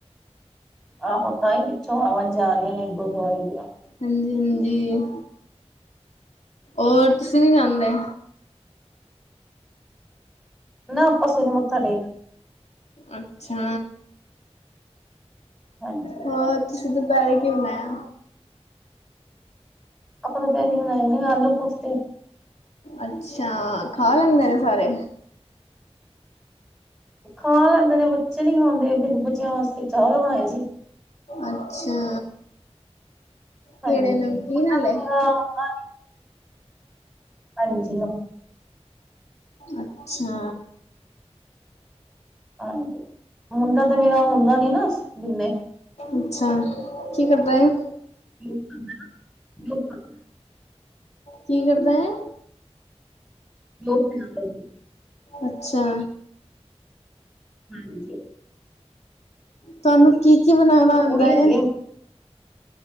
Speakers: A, in the centre; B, on the left.
A: ਆਹੋ ਤਾਂ ਈ ਪਿੱਛੋਂ ਆਵਾਜ਼ਾਂ ਆਂਰੀਯਾ ਨੇ ਗੁਰਦੁਆਰੇ ਦੀਆਂ
B: ਹਾਂਜੀ-ਹਾਂਜੀ, ਓਰ ਤੁਸੀਂ ਨੀ ਜਾਂਦੇ?
A: ਨਾ, ਆਪਾਂ ਸਵੇਰੇ ਮੱਥਾ ਟੇਕ
B: ਅੱਛਾ,
A: ਹਾਂਜੀ
B: ਹੋਰ ਤੁਸੀਂ ਦੁਪੈਰੇ ਕੀ ਬਨਾਯਾ?
A: ਆਪਾਂ ਦੁਪੈਰੀ ਬਣਾਏ ਨੇ ਆਲੂ-ਕੋਫਤੇ।
B: ਅੱਛਾ, ਖਾ ਲੈਂਦੇ ਨੇ ਸਾਰੇ?
A: ਖਾ ਲੈਂਦੇ ਨੇ, ਬੱਚੇ ਨੀ ਖਾਂਦੇ, ਫੇਰ ਬੱਚਿਆਂ ਵਾਸਤੇ ਚਾਵਲ ਬਣਾਏ ਸੀ।
B: ਅੱਛਾ।
A: ਹਾਂਜੀ
B: ਕੇੜੇ
A: ਇਹਨਾਂ
B: ਨਮਕੀਨ ਆਲੇ?
A: ਦਾ ਮੇਰਾ ਹੁੰਦਾ ਨੀ। ਹਾਂਜੀ ਨਾ,
B: ਅੱਛਾ।
A: ਹਾਂਜੀ, ਮੁੰਡਾ ਤੇ ਮੇਰਾ ਹੁੰਦਾ ਨੀ ਨਾ ਦਿੰਨੇ।
B: ਅੱਛਾ, ਕੀ ਕਰਦਾ ਏ?
A: <unintelligible>
B: ਕੀ ਕਰਦਾ ਏ?
A: ਲੋਟੇਆਂ ਦਾ ਜੀ।
B: ਅੱਛਾ।
A: ਹਾਂਜੀ।
B: ਤਾਨੂੰ ਕੀ-ਕੀ ਬਣਾਣਾ
A: ਕੁੜੀ
B: ਆਂਦਾ
A: ਹੈਗੀ
B: ਏ।
A: ਆ